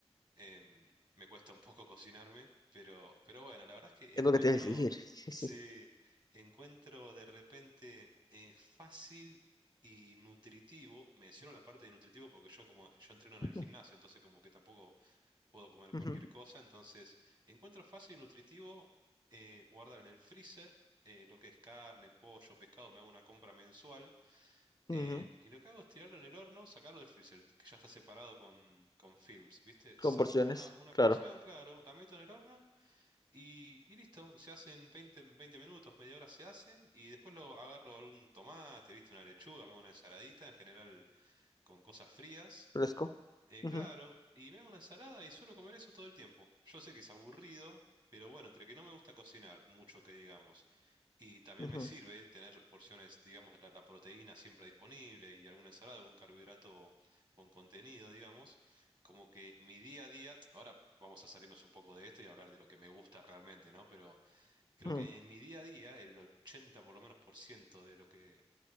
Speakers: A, on the right; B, on the left.
A: em, me cuesta un poco <laughs> cocinarme, pero, pero bueno, la verdad es que
B: Es
A: encuentro,
B: lo que te iba a decir. Sí,
A: sí,
B: sí.
A: encuentro de repente eh, fácil y nutritivo. Menciono la parte de nutritivo porque yo como yo entreno en el gimnasio,
B: Mm,
A: entonces como que tampoco puedo comer
B: ujú,
A: cualquier cosa, entonces encuentro fácil y nutritivo eh, guardar en el freezer eh, lo que es carne, pollo, pescado, me hago una compra mensual
B: ujú.
A: eh, y lo que hago es tirarlo en el horno, sacarlo del freezer, que ya está separado con, con films, ¿viste? Saco
B: Con porciones,
A: una, una
B: claro.
A: porción, claro, la meto en el horno y, y listo, se hace en veinte veinte minutos, media hora se hace y después lo agarro algún tomate, ¿viste? Una lechuga, me hago una ensaladita, en general con cosas frías.
B: Fresco.
A: Eh,
B: Ujú,
A: claro, y me hago una ensalada y suelo comer eso todo el tiempo. Yo sé que es aburrido, pero bueno, entre que no me gusta cocinar mucho que digamos, y también
B: ujú,
A: me sirve tener porciones, digamos, la, la proteína siempre disponible y alguna ensalada, algún carbohidrato con contenido, digamos, como que mi día a día, ahora vamos a salirnos un poco de esto y hablar de lo que me gusta realmente, ¿no? Pero creo
B: ujú.
A: que en mi día a día, el 80 por lo menos por ciento de lo que